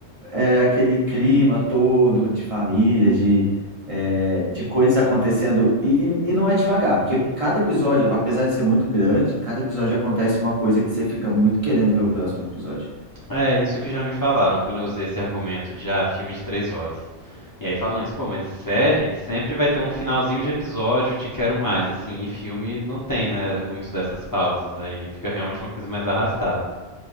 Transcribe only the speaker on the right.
é, aquele clima todo de família, de, é, de coisas acontecendo. E, e, e não é devagar, porque cada episódio, apesar de ser muito grande, cada episódio acontece uma coisa que você fica muito querendo ver o próximo episódio.